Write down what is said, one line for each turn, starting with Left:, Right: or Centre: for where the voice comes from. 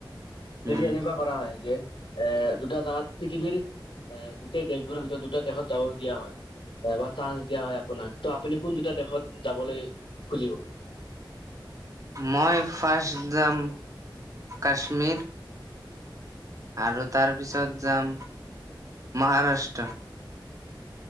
Left: যদি
Right: উম
Left: এনেকুৱা কৰা হয় যে এ দুটা জাগাত পৃথিৱীৰ এ গোটেই দেশবোৰৰ ভিতৰত দুটা দেশত যাব দিয়া হয় বা চান্স দিয়া হয় আপোনাক ত আপুনি কোনকেইটা দেশত যাবলৈ খুজিব <inaudible>
Right: মই ফাৰ্ষ্ট যাম কাশ্মীৰ আৰু তাৰ পিছত যাম মহাৰাষ্ট্ৰ।